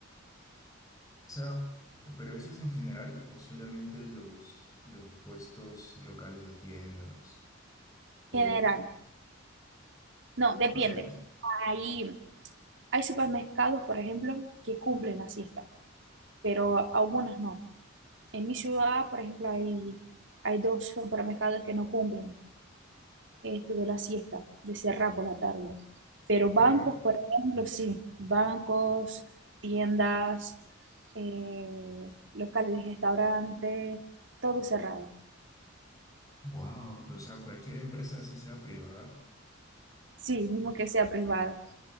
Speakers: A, on the left (about 20°); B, on the right (about 65°).
A: sea, pero eso es en general o solamente los, los puestos locales de tiendas. O,
B: General, no, depende.
A: o sea,
B: Hay, hay supermercados, por ejemplo, que cumplen la siesta, pero algunos no. En mi ciudad, por ejemplo, hay, hay dos supermercados que no cumplen. este, de la siesta, de cerrar por la tarde. Pero bancos,
A: claro,
B: por ejemplo, sí, bancos, tiendas, eh, locales de restaurante, todo cerrado.
A: wow, o sea, cualquier empresa, así sea privada,
B: Sí, mismo que sea privado.